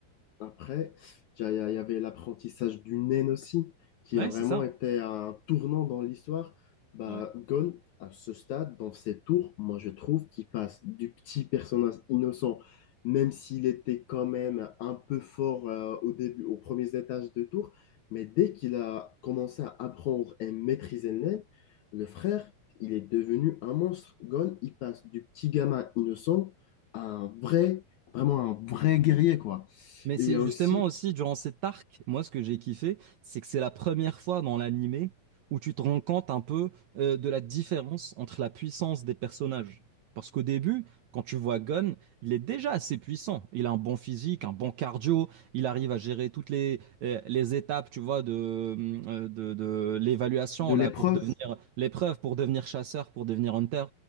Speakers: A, on the left; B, on the right.
A: Après, il y a- il y avait l'apprentissage du naine aussi, qui
B: Ouais,
A: a vraiment
B: c'est ça.
A: été un tournant dans l'histoire. Bah,
B: Ouais.
A: Gon, à ce stade, dans ses tours, moi je trouve qu'il passe du petit personnage innocent, même s'il était quand même un peu fort euh, au début, aux premiers étages de tour, mais dès qu'il a commencé à apprendre et maîtriser le naine, le frère, il est devenu un monstre. Gon, il passe du petit gamin innocent à un vrai, vraiment un vrai guerrier, quoi.
B: Mais
A: Et
B: c'est
A: il y a
B: justement
A: aussi
B: aussi durant cet arc, moi ce que j'ai kiffé, c'est que c'est la première fois dans l'animé où tu te rends compte un peu euh, de la différence entre la puissance des personnages. Parce qu'au début, quand tu vois Gon, il est déjà assez puissant. Il a un bon physique, un bon cardio, il arrive à gérer toutes les, euh, les étapes, tu vois, de, euh, de, de l'évaluation
A: de l'épreuve.
B: là pour devenir l'épreuve, pour devenir chasseur, pour devenir hunter.